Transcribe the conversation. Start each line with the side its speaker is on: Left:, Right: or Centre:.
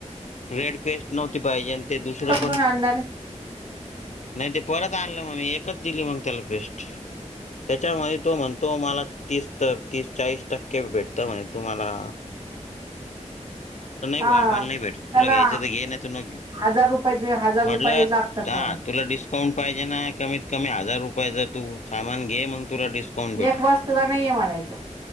Left: रेड पेस्ट नव्हती पाहिजे, आणि ते दुसरंऽ
Right: ून आणणार.
Left: नाही ते परत आणलं मग मी,, एकच दिली मग त्याला पेस्ट. त्याच्यामध्ये तो म्हणतो मला तीस, तीस चाळीस टक्के भेटत म्हणे तु मला.
Right: हा,,
Left: भावा आम्हाला नाही भेटत
Right: त्याला
Left: तुला घ्यायचं तर घे नाही तर नको घेऊ.
Right: हजार रुपय, हजार
Left: म्हटलं
Right: रुपये लागऽऽ तकवा.
Left: हा तुला डिस्काउंट पाहिजे ना,, कमीत कमी हजार रुपये जर तूऽऽ सामान घे, मग तुला डिस्काउंट भेटल.
Right: एक वस्तूला नाहीये म्हणायचं